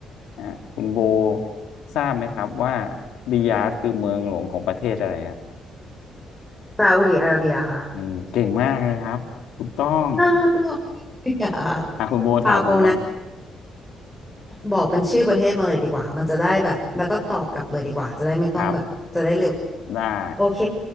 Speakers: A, on the left; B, in the centre.
A: อ่ะคุณโบทราบไหมครับว่าริยาดคือเมืองหลวงของประเทศอะไรฮะ
B: ซาอุดิอาระเบียค่ะ
A: อืมเก่งมากเลยครับถูกต้อง
B: อ่าอย่า <laughs>
A: อ่ะคุณโบถามผมบ้าง
B: ปาโบนะ บอกเป็นชื่อประเทศมาเลยดีกว่า มันจะได้แบบ แล้วก็ตอบกลับเลยดีกว่า จะได้ไม่ต้องแบบ
A: ครับ
B: จะได้เร็ว
A: ได้
B: โอเค